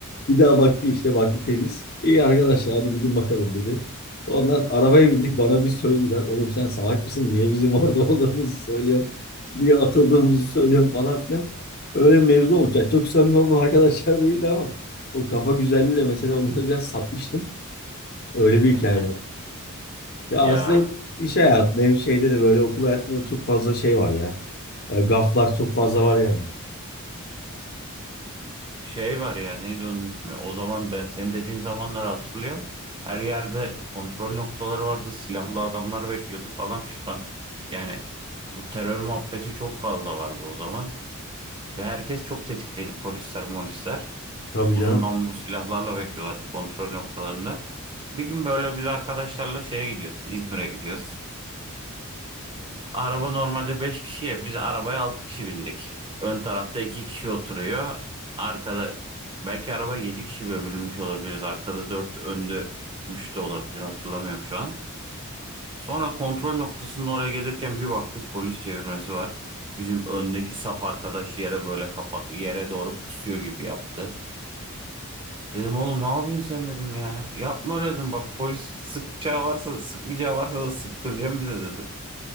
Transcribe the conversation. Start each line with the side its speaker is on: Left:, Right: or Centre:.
Left: Bir daha baktı işte baktı temiz. İyi arkadaşlar hadi gidin bakalım dedi. Ondan sonra arabaya bindik bana bir sövdüler. Oğlum sen salak mısın? Niye bizim orada <laughs> olduğumuzu söylüyorsun? Niye atıldığımızı söylüyorsun falan filan. Öyle bir mevzu olmuş. Yani çok samimi olduğum arkadaşlar <laughs> değildi ama o kafa güzelliğiyle mesela onları biraz satmıştım. Öyle bir
Right: Eh.
Left: hikaye var. Ya aslında
Right: Ya
Left: hem iş hayatında hem şeyde de böyle okul hayatında da çok fazla şey var ya. E, gaflar çok fazla var yani.
Right: Şey var ya neydi onun ismi? O zaman ben senin dediğin zamanları hatırlıyorum. Her yerde kontrol noktaları vardı. Silahlı adamlar bekliyordu falan fişman. Yani bu terör muhabbeti çok fazla vardı o zaman. Ve herkes çok tetikteydi. Polisler, molisler.
Left: Tabii
Right: Uzun
Left: canım.
Right: namlulu silahlarla bekliyorlardı kontrol noktalarında. Bir gün böyle biz arkadaşlarla şeye gidiyoruz. İzmir'e gidiyoruz. Araba normalde 5 kişiye. Biz arabaya 6 kişi bindik. Ön tarafta 2 kişi oturuyor. Arkada belki araba 7 kişi bile bölünmüş olabiliriz. Arkada 4, önde 3 de olabilir. Hatırlamıyorum şu an. Sonra kontrol noktasının oraya gelirken bir baktık polis çevirmesi var. Bizim öndeki saf arkadaş yere böyle kapak yere doğru pusuyor gibi yaptı. Dedim oğlum ne yapıyorsun sen dedim ya. Yapma öyle dedim. Bak polis sıkacağı varsa sıkmayacağı varsa da sıktıracağım bize dedim.